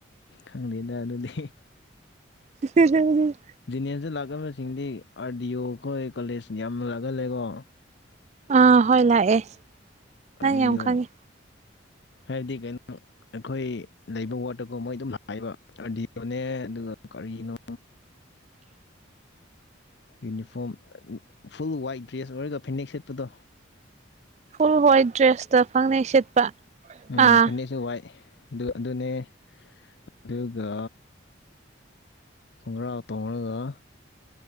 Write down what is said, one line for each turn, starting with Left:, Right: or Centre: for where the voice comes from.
Left: ꯈꯪꯗꯦꯗ ꯑꯗꯨꯗꯤ
Right: ꯍꯝ
Left: ꯖꯨꯅꯤꯌꯝꯁꯇ ꯂꯥꯛꯀꯗꯕꯁꯤꯡꯗꯤ ꯑꯥꯔ ꯗꯤ ꯑꯣ ꯑꯩꯈꯣꯏ ꯀꯣꯂꯦꯖ ꯌꯥꯝꯅ ꯂꯥꯛꯀꯜꯂꯀꯣ
Right: ꯑꯥ ꯍꯣꯏ ꯂꯥꯛꯑꯦ ꯅꯪ
Left: ꯑꯗꯨꯑꯣ
Right: ꯌꯥꯝ ꯈꯪꯉꯤ
Left: ꯍꯥꯏꯗꯤ ꯀꯩꯅꯣ ꯑꯩꯈꯣꯏ ꯂꯩꯕ ꯋꯥꯠꯇꯀꯣ ꯃꯣꯏ ꯑꯗꯨꯝ ꯍꯥꯏꯕ ꯑꯗꯤꯅꯦ ꯑꯗꯨꯒ ꯀꯔꯤꯅꯣ ꯌꯨꯅꯤꯐꯣꯝ ꯐꯨꯜ ꯋꯥꯏꯠ ꯗ꯭ꯔꯦꯁ ꯑꯣꯏꯔꯒ ꯐꯅꯦꯛ ꯁꯦꯠꯄꯗꯣ
Right: ꯐꯨꯜ ꯍ꯭ꯋꯥꯏꯠ ꯗ꯭ꯔꯦꯁꯇ ꯐꯪꯅꯩ ꯁꯦꯠꯄ
Left: ꯎ
Right: ꯑꯥ
Left: ꯐꯤꯅꯤꯦꯛꯁꯨ ꯋꯥꯏ ꯑꯗꯨ ꯑꯗꯨꯅꯦ ꯑꯗꯨꯒ ꯈꯣꯡꯒ꯭ꯔꯥꯎ ꯇꯣꯡꯉꯒ